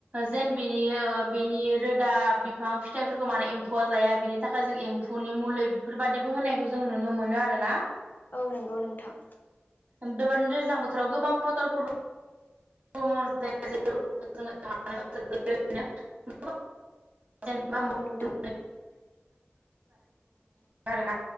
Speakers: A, on the right; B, on the left.
A: जेन बिनि ओ बिनि रोदा बिफां फिथाइफोरखौ माने एम्फौआ जाया बिनि थाखाय जों एम्फौनि मुलि बेफोरबायदिबो होनायखौ जों नु नो मोनो आरो ना
B: औ नंगौ नोंथां
A: <unintelligible> दैज्लां बोथोराव गोबां पथलफोर <unintelligible> जेनबा
B: नंगौ
A: <unintelligible> <unintelligible>
B: नोंथां
A: आरो ना